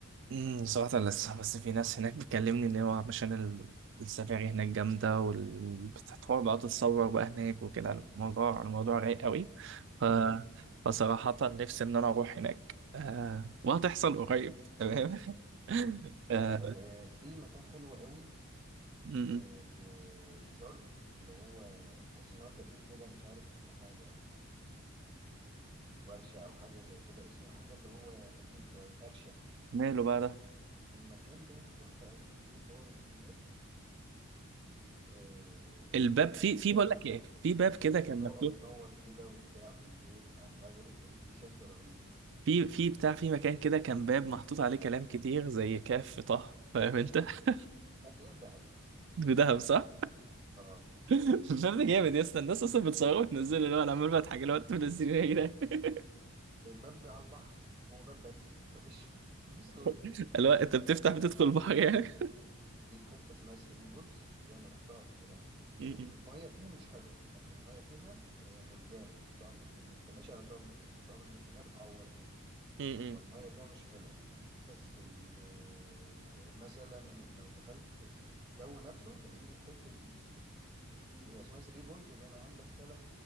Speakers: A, on the right; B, on the right.
A: امم صراحة لسه بس في ناس هناك بتكلمني إن هو علشان ال- السفاري هناك جامدة وال بتروح بقى تتصور بقى هناك وكده الموضوع الموضوع رايق قوي
B: كان
A: ف
B: آه،
A: فصراحة نفسي إن أنا أروح هناك آه... وهتحصل قريب تمام <laughs> آه...
B: لا آه، في مكان حلو قوي
A: أمم.
B: إيه، في في شرم اللي هو تحس ان هو كافيه كده مش عارف اسمه حاجه ورشه او حاجه زي كده اسم حاجه اللي هو قديم شويه فرشه
A: ماله بقى ده
B: المكان ده تحفه قوي شفت له صور وفيديوهات إيه،
A: الباب في في
B: هي
A: بقول
B: الإ-
A: لك إيه في باب كده
B: الاضاءه
A: كان مكتوب
B: بتنور كده وبتاع بالليل على المغرب بتدي شكل رهيب
A: في في بتاع في مكان كده كان باب محطوط عليه كلام كتير زي كاف طه فاهم أنت <laughs>
B: لا ده ده في دهب
A: بدهب صح؟
B: اه
A: الفيلم جامد يا اسطى الناس اصلا بتصوره وتنزله اللي هو انا عمال بضحك اللي هو انتوا منزلينه ايه يا جدعان
B: الباب على البحر هو باب بس مفيش <laughs> مفيش صور
A: <laughs> اللي هو انت بتفتح بتدخل البحر يعني
B: دي في حته اسمها ثري بولز دي انا رحتها قبل كده
A: م-
B: الميه فيها مش حلوه يعني الميه فيها آه، مرجان شعاب مرجانيه انت ماشي على شعاب مرجانيه والشعاب المرجانيه بتعور الرجل
A: م- م-
B: فالميه فيها مش حلوه بس ال- آه، مثلا لو دخلت الجو نفسه لان الحته دي في هي اسمها ثري بولز اللي انا عندك ثلاث